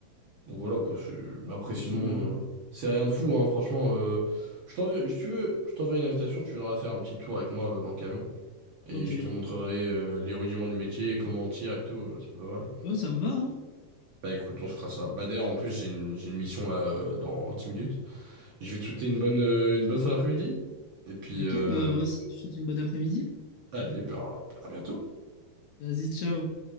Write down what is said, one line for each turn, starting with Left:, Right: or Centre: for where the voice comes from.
Right: Bon, voilà, quoi. c'est- Mais après, sinon,
Left: pas que ce soit bien grave.
Right: euh, c'est rien de fou, hein. Franchement, euh, je t'enverrai, si tu veux, je t'enverrai une invitation. Tu viendras faire un petit tour avec moi euh, dans le camion. Et
Left: Ok.
Right: je te montrerai euh, les rudiments du métier, comment on tire et tout. euh, C'est pas mal.
Left: Oh, ça me va, hein?
Right: Bah écoute, on se fera ça. Bah d'ailleurs, en plus, j'ai une, j'ai une mission là euh, dans 10 minutes. Je vais te souhaiter une bonne, euh, une bonne fin d'après-midi. Et puis,
Left: Ok,
Right: euh,
Left: bah moi aussi, je te souhaite une bonne après-midi.
Right: allez, bah, à bientôt.
Left: Vas-y, ciao.